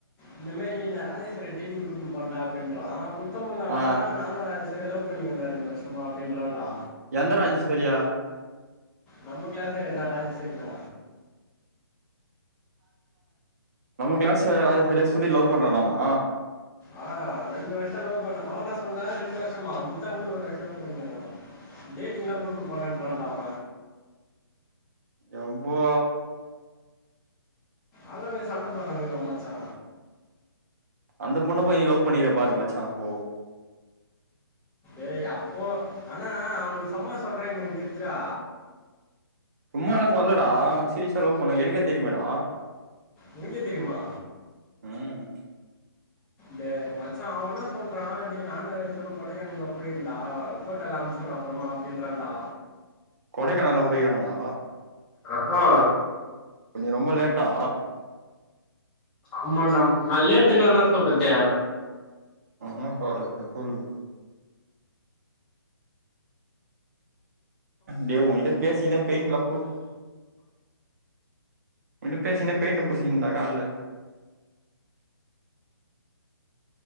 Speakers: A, in the centre; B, on the right (about 40°).
A: இந்த மாதிரி நா ராஜஸ்வரி டேடிங் கூட்டன் போரன் டா அப்படின்றா முத்தமிழ் என்னடனா
B: ஆ
A: நானும் ஐஸ்வர்யா லவ் பண்ணிக்கே ரெண்டு வருஷமா அப்படின்றான்டா
B: எந்த ராஜேஸ்வரியா
A: நம்ம கிளாஸ் என்ன ராஜேஸ்வரிதா
B: நம்ம கிளாஸ் ராஜேஷ்வரியா சுதிர் லவ் பண்ணானாமா
A: ஆ ரெண்டு வருஷம் லவ் அவ என்ன சொன்னா ரெண்டு வருஷம் மா முத்தமிழ் ஒரு வருஷம் லவ் பண்ணிருக்கானா டேட்டிங்லா கூட்டு போனன்றண்ட அவ
B: எப்பா
A: அதனாலயா சண்ட போடுறங்கள மச்சா
B: அந்த பொண்ண போய் நீ லவ் பண்ணி இருக்க பாருமாச்சா அப்போ
A: ஏய் அப்போ ஆனா அவனுக்கு சும்மா சொல்றாங்கக்கு எனக்கு தெரியுது டா
B: சும்மால்லா சொல்லடா சீரியஸா லவ் பண்ணே எனக்கே தெரியுமேடா
A: உனக்கே தெரியுமா
B: உம்
A: டே மச்சா அவன் என்னா சொல்றா டே நானு <unintelligible> கொடைக்கானல்லா போயிருக்கன் டா போட்டோல்லா அமுச்சிவுட்ற அப்றமா அப்டின்றாண்டா
B: கொடைக்கானலா போயிருக்கறாங்ளா
A: அ ஆ
B: அப்ப நீ ரொம்ப லேட்டா
A: அமான்டா நா லேட்டுன்னா என்னா சொல்றது
B: என்னா சொல்றது சொல்லு டேய் ஒங்கிட்ட பேசிகினே பெய்ன்ட்லா பு ஒங்கிட்ட பேசிகே பெயின்ட்ட பூசிகினன்டா கால்ல